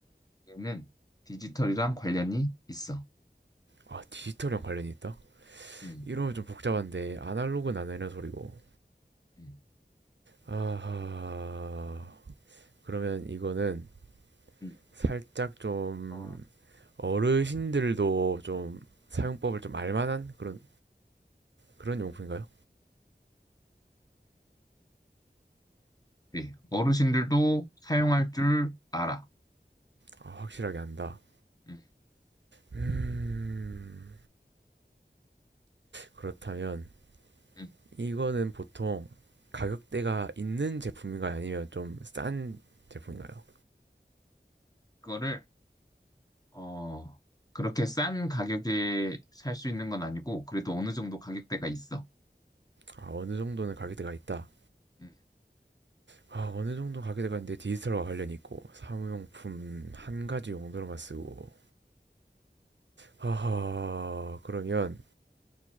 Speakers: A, on the left (about 20°); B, on the right (about 80°).
A: 얘는 디지털이랑 관련이 있어.
B: 아, 디지털이랑 관련이 있다?
A: 음,
B: 이러면 좀 복잡한데 아날로그는
A: 음,
B: 안 되는 소리고
A: 음,
B: 아하 그러면 이거는
A: 음.
B: 살짝 좀
A: 어,
B: 어르신들도 좀 사용법을 좀 알만한 그런 그런 용품인가요?
A: 네, 어르신들도 사용할 줄 알아.
B: 아 확실하게 안다
A: 음,
B: 음 그렇다면
A: 음.
B: 이거는 보통 가격대가 있는 제품인가요? 아니면 좀 싼 제품인가요?
A: 그거를 어, 그렇게 싼 가격에 살 수 있는 건 아니고, 그래도 어느 정도 가격대가 있어.
B: 아 어느 정도는 가격대가 있다
A: 음.
B: 아, 어느 정도 가격대가 있는데 디지털과 관련이 있고 사무용품 한 가지 용도로만 쓰고 아하, 그러면,